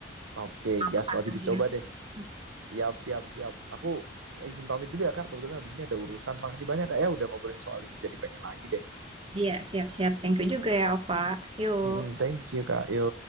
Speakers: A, on the right; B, on the right.
A: oke
B: Makanannya.
A: gas wajib dicoba deh
B: Hmm.
A: siap siap siap aku izin pamit dulu ya kak kebetulan habis ini ada urusan makasih banyak kak ya udah ngobrolin soal ini jadi pengen lagi deh
B: Iya, siap-siap. Thank you juga ya, Ova. Yuk.
A: Mm-mm, thank you kak yo